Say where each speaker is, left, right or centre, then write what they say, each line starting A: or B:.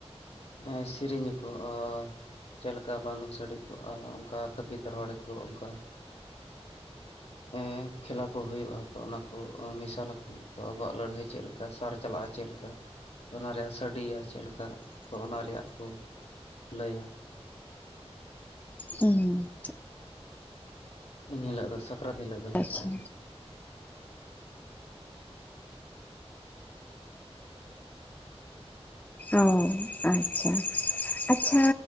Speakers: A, on the left; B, on the left.
A: ᱮᱸ ᱥᱤᱨᱤᱧᱟ ᱠᱚ ᱚᱻ᱾ ᱪᱮᱫ ᱞᱮᱠᱟ ᱵᱟᱱᱫᱩᱠ ᱥᱟᱰᱮ ᱠᱚᱜ-ᱟ, ᱚᱱᱠᱟ ᱠᱟᱹᱯᱤ ᱛᱟᱨᱣᱟᱲᱤ ᱠᱚ ᱚᱱᱠᱟ᱾ ᱮᱸᱻ ᱠᱷᱮᱞᱟ ᱠᱚ ᱦᱩᱭᱩᱜ-ᱟ ᱛᱚ, ᱚᱱᱟᱠᱚ ᱢᱮᱥᱟᱞ ᱟᱠᱚ ᱟᱵᱩᱣᱟᱜ ᱞᱟᱹᱲᱦᱟᱹᱭ ᱪᱮᱫ ᱠᱮ ᱚᱱᱠᱟ ᱥᱟᱨ ᱪᱟᱞᱟᱜ-ᱟ ᱪᱮᱫ ᱞᱮᱠᱟ, ᱚᱱᱟ ᱨᱮᱭᱟᱜ ᱥᱟᱰᱮᱤᱭᱟ ᱪᱮᱫ ᱞᱮᱠᱟ? ᱛᱚ ᱚᱱᱟ ᱨᱮᱭᱟᱜ ᱠᱚ ᱞᱟᱹᱭᱟ᱾
B: ᱦᱩᱸ᱾
A: ᱤᱱ ᱦᱤᱞᱳᱜ ᱫᱚ ᱥᱟᱠᱨᱟᱛ ᱦᱤᱞᱳᱜ ᱫᱚ ᱞᱟᱥ
B: ᱟᱪᱪᱷᱟ
A: ᱦᱤᱞᱳᱜ ᱫᱚ᱾
B: ᱚ ᱟᱪᱪᱷᱟ᱾ ᱟᱪᱪᱷᱟ